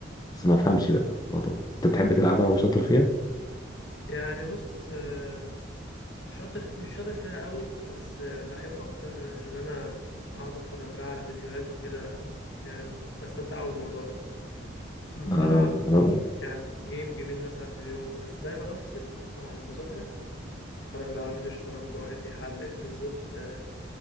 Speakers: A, on the left; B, on the left.
A: بس ما افهمش بقى الموضوع انت بتحب تلعبها وشاطر فيها
B: يعني بص آه، شاطر مش شاطر فيها قوي بس آه، بحب أكتر إن أنا أقعد أتفرج لها على فيديوهات وكده يعني بستمتع أوي بالموضوع ده م،
A: اه
B: بلعب
A: مم. انا
B: يعني جيم جيمين مثلا في اليوم بس دايما افصل مثلا عن المذاكرة اتفرج لي على فيديو شطرنج واحد بيحلل بالذات آه،